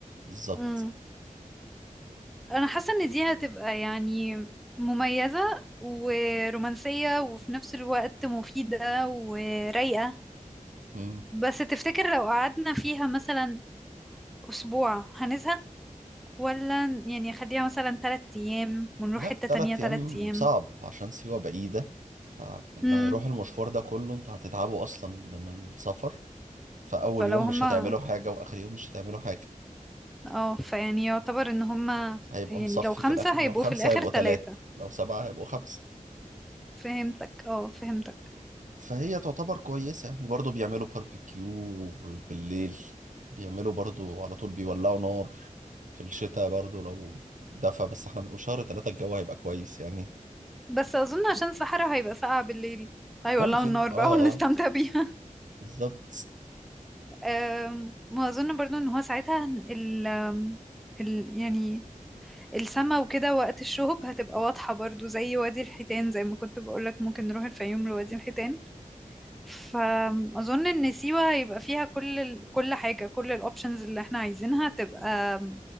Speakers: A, on the right; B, in the centre.
A: بالظبط
B: امم انا حاسه ان دي هتبقى يعني مميزه ورومانسيه وفي نفس الوقت مفيده ورايقه
A: مم.
B: بس تفتكر لو قعدنا فيها مثلا اسبوع هنزهق ولا يعني خليها مثلا تلات ايام ونروح
A: لا
B: حته
A: تلات
B: تانية تلات
A: ايام
B: ايام
A: صعب عشان سيوه بعيده فاللي
B: امم
A: هيروح المشوار ده كله انتوا هتتعبوا اصلا من السفر فاول
B: فلو
A: يوم مش
B: هما
A: هتعملوا حاجه واخر يوم مش هتعملوا حاجه
B: اه فيعني يعتبر ان هما
A: هيبقى
B: يعني
A: مصفي
B: لو خمسه
A: في الاخر لو
B: هيبقوا
A: خمسه
B: في الاخر
A: هيبقوا
B: تلاتة
A: تلات لو سبعه هيبقوا خمسه
B: فهمتك اه فهمتك
A: فهي تعتبر كويسة يعني برضو بيعملوا باربيكيو بالليل بيعملوا برضو على طول بيولعوا نار في الشتاء برضو لو دفى بس احنا بنبقى شهر ثلاثة الجو هيبقى كويس يعني
B: بس اظن عشان الصحراء هيبقى ساقعة بالليل ايوه
A: ممكن
B: والله النار
A: اه
B: بقى ونستمتع
A: اه
B: بيها
A: بالظبط
B: آم، وأظن برضو إن هو ساعتها ال آم، ال يعني السما وكده وقت الشهب هتبقى واضحة برضو زي وادي الحيتان زي ما كنت بقولك ممكن نروح الفيوم لوادي الحيتان فأظن إن سيوة يبقى فيها كل ال... كل حاجة كل الأوبشنز اللي احنا عايزينها تبقى